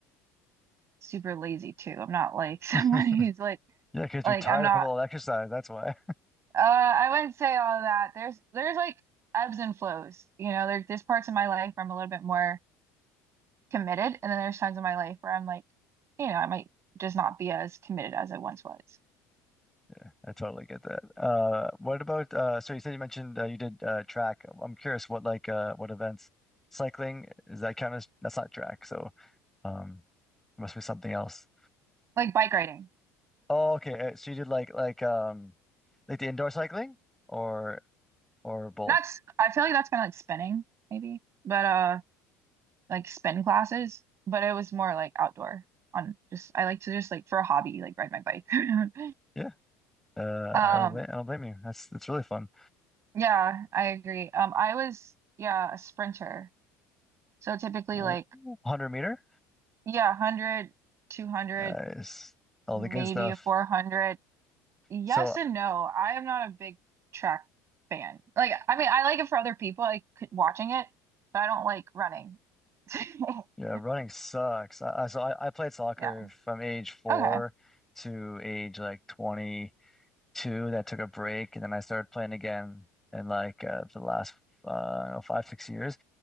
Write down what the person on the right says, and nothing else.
super lazy too. I'm not like <laughs> someone
who's like
like
I'm not
uh I wouldn't say all of that. There's there's like ebbs and flows, you know, there, there's parts of my life where I'm a little bit more committed. And then there's times in my life where I'm like, you know, I might just not be as committed as I once was.
Like bike riding.
that's I feel like that's kind of like spinning, maybe, but uh, like spin classes. But it was more like outdoor on just, I like to just like for a hobby, like ride my bike <laughs> around.
Um,
yeah, I agree. Um, I was, yeah, a sprinter. So typically
like,
yeah, 100, 200,
maybe
a 400. Yes
and no. I am not a big track fan. Like, I mean, I like it for other people, like c- watching it, but I don't like running. <laughs>
Yeah.
Okay.